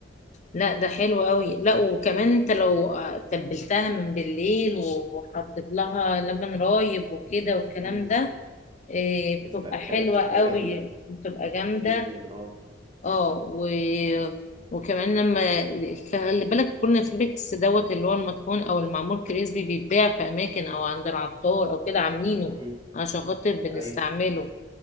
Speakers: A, on the left; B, on the right.
A: لا ده حلو قوي لا وكمان انت لو تبلتها من بالليل وحطيت لها لبن رايب وكده والكلام
B: امم
A: ده إيه
B: بتبقى
A: بتبقى حلوة
B: بتبقى
A: قوي
B: جامدة
A: بتبقى جامدة
B: جدا اه
A: اه و... وكمان لما خلي بالك كورنفليكس دوت اللي هو المطحون او المعمول كريسبي بيتباع في اماكن او عند العطار او كده عاملينه
B: امم
A: عشان خاطر بنستعمله
B: ايوه